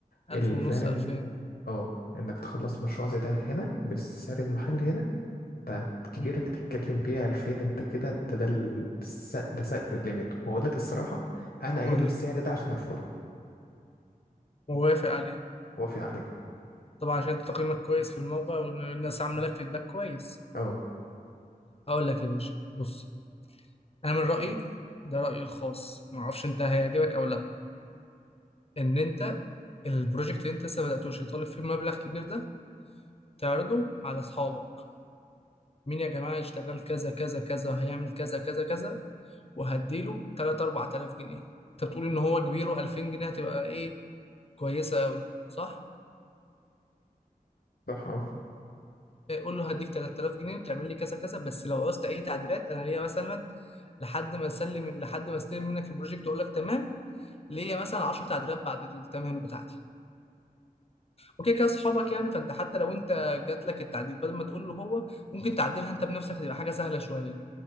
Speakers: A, on the left; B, on the left.
A: 1000
B: اللي
A: ونص
B: فعلا
A: 2000
B: اه إنك تخلص مشروع زي ده هنا بالسعر المحلي هنا بتاعت كبيرك
A: مم.
B: تتكلم فيها 2000 انت كده ده ده ال- الس- ده سقف الليميت وهقول لك الصراحة انا قايل
A: قول
B: له
A: لي
B: السعر ده عشان يرفضه
A: موافق عليه
B: وافق عليه
A: طبعا عشان انت تقييمك كويس في الموقع والناس عامله لك فيدباك كويس
B: اه
A: هقول لك يا باشا بص انا من رايي ده رايي الخاص ما اعرفش انت هيعجبك او لا ان انت البروجكت اللي انت لسه بداتوش اللي طالب فيه مبلغ كبير ده تعرضه على اصحابك مين يا جماعه يشتغل كذا كذا كذا هيعمل كذا كذا كذا وهديله 3 4000 جنيه انت بتقول ان هو كبير و2000 جنيه هتبقى ايه كويسه قوي صح
B: صح اه
A: إيه، قول له هديك 3000 جنيه وتعمل لي كذا كذا بس لو عوزت اي تعديلات انا ليا مثلا لحد ما اسلم لحد ما استلم منك البروجكت واقول لك تمام ليا مثلا 10 تعديلات بعد التمام بتاعتي وكده كده اصحابك يعني فانت حتى لو انت جات لك التعديل بدل ما تقول له هو ممكن تعدلها انت بنفسك تبقى حاجه سهله شويه